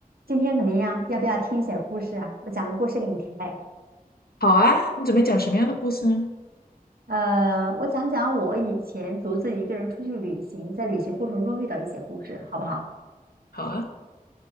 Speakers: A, on the right (about 75°); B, on the left (about 80°).
A: 今天怎么样？要不要听一些故事啊？我讲个故事给你听呗。
B: 好啊，你准备讲什么样的故事呢？
A: 呃，我讲讲我以前独自一个人出去旅行，在旅行过程中遇到一些故事，好不好？
B: 好啊，